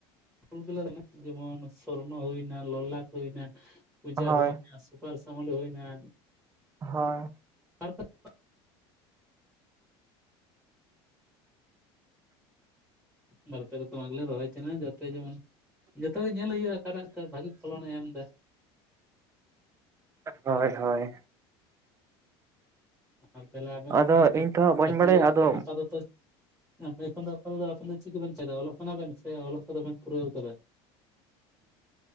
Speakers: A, in the centre; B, on the right.
A: <inaudible> ᱡᱮᱢᱚᱱ ᱥᱚᱨᱱᱚ ᱦᱩᱭᱱᱟ ᱞᱚᱞᱞᱟᱴ ᱦᱩᱭᱱᱟ ᱾ ᱯᱩᱡᱟᱹ
B: ᱦᱳᱭ
A: ᱦᱩᱭᱱᱟ ᱥᱩᱯᱟᱨᱥᱟᱢᱚᱞ ᱦᱩᱭᱱᱟ ᱾
B: ᱦᱳᱭ ᱾
A: ᱛᱟᱨᱯᱚᱨ ᱼᱼ ᱵᱟᱨ ᱯᱮ ᱨᱚᱠᱚᱢᱟᱜ ᱜᱮᱞᱮᱧ ᱨᱚᱦᱚᱭ ᱛᱟᱦᱮᱱᱟ ᱡᱟᱛᱮ ᱡᱮᱢᱚᱱ ᱡᱚᱛᱚ ᱜᱮ ᱧᱮᱞ ᱦᱩᱭᱩᱜ-ᱟ ᱚᱠᱟ ᱴᱟᱜ ᱫᱚ ᱵᱷᱟᱜᱤ ᱯᱷᱚᱞᱚᱱᱮ ᱮᱢ ᱫᱟ ᱾
B: ᱦᱳᱭ ᱦᱳᱭ ᱾
A: ᱟᱨ ᱛᱟᱦᱞᱮ ᱟᱵᱮᱱ
B: ᱟᱫᱚ
A: ᱫᱚ ᱛᱟᱦᱞᱮ
B: ᱤᱧ ᱛᱚ ᱦᱟᱸᱜ ᱵᱟᱹᱧ
A: ᱮᱠᱷᱚᱱ
B: ᱵᱟᱲᱟᱭᱟ
A: ᱫᱚ
B: ᱟᱫᱚ
A: ᱟᱯᱟ ᱛᱚᱛᱚ ᱛᱤᱱᱟᱹᱜ ᱟᱯᱮ ᱮᱠᱷᱮᱱ ᱫᱚ ᱟᱯᱟ ᱛᱚᱛᱚ ᱪᱤᱫ ᱠᱤᱵᱤᱱ ᱪᱤᱠᱟᱹᱭ ᱫᱟ ᱚᱞᱚᱜ ᱠᱟᱱᱟ ᱵᱮᱱ ᱥᱮ ᱚᱞ ᱠᱚᱫᱚ ᱵᱮᱱ ᱯᱩᱨᱟᱹᱣ ᱠᱟᱫᱟ?